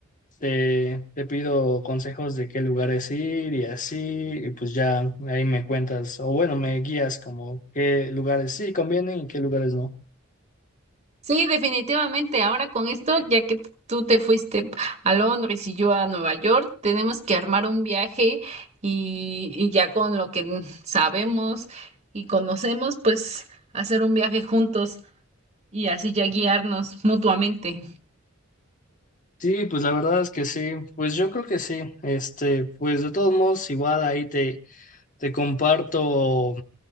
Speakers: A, on the left; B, on the right.
A: te, te pido consejos de qué lugares ir y así, y pues ya ahí me cuentas, o bueno, me guías como qué lugares sí convienen y qué lugares no.
B: Sí, definitivamente. Ahora con esto, ya que tú te fuiste a Londres y yo a Nueva York, tenemos que armar un viaje y, y ya con lo que sabemos y conocemos, pues hacer un viaje juntos y así ya guiarnos mutuamente.
A: Sí, pues la verdad es que sí, pues yo creo que sí, este, pues de todos modos igual ahí te, te comparto